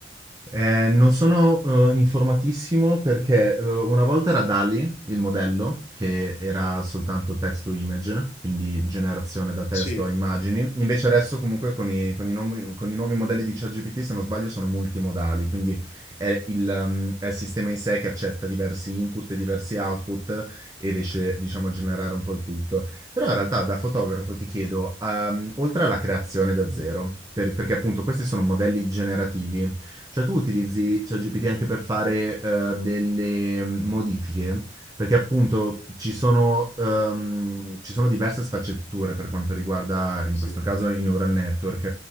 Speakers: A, on the right; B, on the left.
A: ehm, non sono, uhm, informatissimo perché, uhm, una volta era DALL-E il modello, che era soltanto text to image, quindi generazione da testo
B: Sì.
A: a immagini, invece adesso comunque con i con i nomi con i nuovi modelli di ChatGPT, se non sbaglio, sono multimodali, quindi è il mhmm, è il sistema in sé che accetta diversi input e diversi output e riesce, diciamo, a generare un po' il tutto. Però in realtà da fotografo ti chiedo, ehm, oltre alla creazione
B: Sì.
A: da zero, per- perché appunto questi sono modelli generativi, cioè tu utilizzi ChatGPT
B: Mhm,
A: anche per fare eh, delle mm, modifiche, perché appunto ci sono, ehm, ci sono diverse sfaccettature per quanto riguarda in
B: sì.
A: questo caso i neural network.